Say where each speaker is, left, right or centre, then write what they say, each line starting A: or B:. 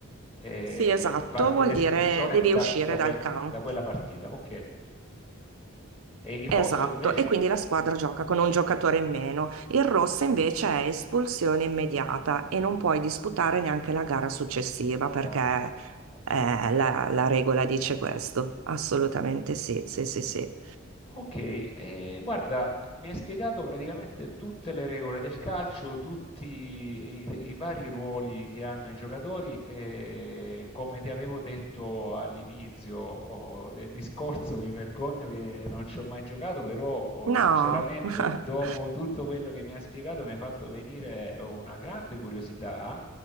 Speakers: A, on the left (about 25°); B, on the right (about 80°).
A: ehm,
B: sì, esatto,
A: va e
B: vuol
A: l'espulsione
B: dire devi
A: da
B: uscire
A: da
B: dal
A: quel
B: campo.
A: da quella partita, okay. E il rosso
B: Esatto,
A: invece?
B: e quindi la squadra gioca con un giocatore in meno. Il rosso invece è espulsione immediata e non puoi disputare neanche la gara successiva perché
A: Ah, okay.
B: eh, la, la regola dice questo. Assolutamente sì, sì, sì, sì.
A: Ok, eh, guarda, mi hai spiegato praticamente tutte le regole del calcio, tutti i, i vari ruoli che hanno i giocatori e come ti avevo detto all'inizio oh, del discorso, mi vergogno che non ci ho mai giocato, però oh,
B: No,
A: sinceramente
B: <laughs>
A: dopo tutto quello che mi hai spiegato mi hai fatto venire una grande curiosità